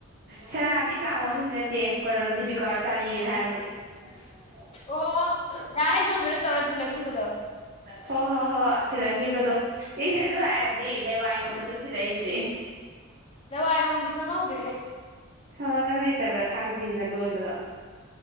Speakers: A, on the right (about 45°); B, on the left (about 30°).
A: ꯁꯅꯥꯗꯤ ꯀꯥꯡ ꯃꯅꯨꯡꯗ ꯅꯠꯇꯦ ꯀꯩꯅꯣꯅ ꯗꯤꯕꯤꯀꯥ ꯆꯥꯅꯤꯡꯉꯦꯅ ꯍꯥꯏꯕꯒꯤ <unintelligible>
B: ꯑꯣ ꯗꯥ <unintelligible> ꯇꯩꯔ ꯊꯤꯂꯛꯈꯤꯕꯗꯣ
A: ꯍꯣ ꯍꯣ ꯍꯣ ꯊꯤꯔꯛꯈꯤꯕꯗꯣ ꯑꯗꯨ ꯍꯥꯏ ꯑꯗꯨꯗꯤ ꯂꯩꯋꯥꯏꯔꯨꯕꯁꯨ ꯊꯤꯜꯂꯛꯏ ꯑꯗꯨꯗꯤ
B: ꯂꯋꯥꯏꯔꯣꯝꯕꯗꯤ ꯈꯪꯍꯧꯗ꯭ꯔꯦ ꯑꯩ
A: ꯍ ꯅꯪ ꯂꯩꯇꯕ꯭ꯔꯥ ꯊꯥꯡꯖꯤꯡꯒ ꯂꯣꯟꯕꯗꯣ